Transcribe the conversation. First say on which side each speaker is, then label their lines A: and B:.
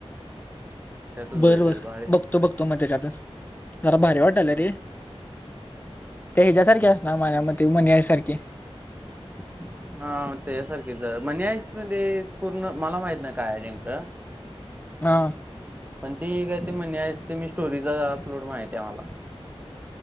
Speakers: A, on the right; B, on the left.
A: त्यातच
B: बरबर
A: भेटलेलं भारी
B: बघतो बघतो मग त्याच्यातच मला भारी वाटाल्या
A: हम्म.
B: रे त्या याच्या सारखी असणार. माझ्या मते मनी आय सारखे
A: <inaudible> हां त्याया सारखीच मणी आहेस. होऊन दे पूर्ण मला माहित नाही काय आहे नेमकं
B: हा
A: पण ती काय मणी ऐश मी स्टोरीज अपलोड माहित आहे मला